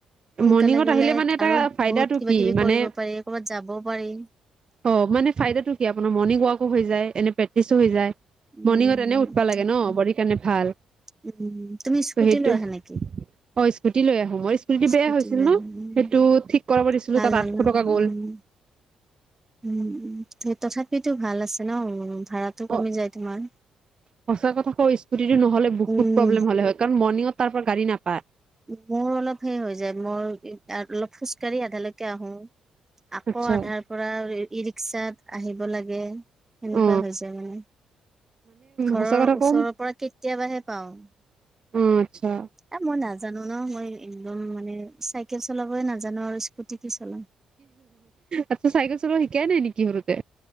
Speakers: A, on the right; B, on the right.
A: সোনকালে
B: মৰ্ণিঙত
A: গলে
B: আহিলে মানে এটা
A: আৰু
B: ফাইদাটো
A: বহুত কিবা
B: কি
A: কিবি
B: মানে
A: কৰিব পাৰি কৰ'বাত যাবও পাৰি।
B: অ মানে ফাইডা টো কি আপোনাৰ মৰ্ণিং ৱাকো হৈ যায়, এনে প্ৰেক্টিচো হৈ যায়।
A: উম
B: মৰ্ণিঙত এনে উঠবা লাগে
A: সেইটোৱে।
B: ন? বডিৰ কাৰণে ভাল।
A: উম তুমি স্কুটি
B: ত সেইটো
A: লৈ আহা নেকি?
B: অ স্কুটি লৈ আহোঁ। মোৰ স্কুটিটো
A: স্কুটি
B: বেয়া হৈছিল
A: লৈ
B: ন
A: আহা উম,
B: সেইটো ঠিক কৰাব দিছিলো
A: ভাল
B: তাত
A: হ'ল
B: আঠশ
A: ন
B: টকা গ'ল।
A: উম উম, তথাপিতো ভাল আছে ন, ভাড়াটো কমি
B: অ
A: যায় তোমাৰ?
B: সঁচা কথা কওঁ স্কুটিটো নহ'লে বহুত
A: উম
B: প্ৰব্লেম হ'লে হয় কাৰণ মৰ্ণিঙত তাৰ পৰা গাড়ী নাপায়
A: মোৰ অলপ সেই হৈ যায় মই অলপ খোজকাঢ়ি আধালৈকে আহো, আকৌ
B: আচ্ছা
A: আধাৰ পৰা ই ৰিক্সাত আহিব লাগে। এনেকুৱা
B: অ
A: হৈ যায় মানে। ঘৰৰ
B: সঁচা কথা কম
A: ওচৰৰ পৰা কেতিয়াবাহে পাওঁ।
B: অ আচ্ছা।
A: এ মই নাজানো ন মই একদম মানে চাইকেল চলাবই নাজানো। আৰু স্কুটি কি চলাম
B: আচ্ছা চাইকেল চলাব শিকাই নাই নেকি সৰুতে?